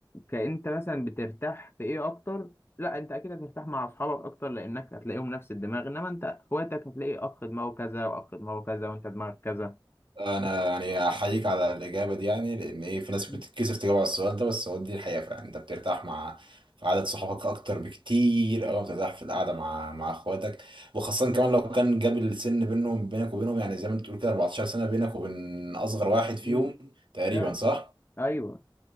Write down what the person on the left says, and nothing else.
كأنت مثلا بترتاح في ايه اكتر لا انت اكيد هترتاح مع اصحابك اكتر لانك هتلاقيهم نفس الدماغ انما انت اخواتك هتلاقي اخ دماغه كذا واخ دماغه كذا وانت دماغك كذا
مم.
مم.
مم.
فعلا
ايوه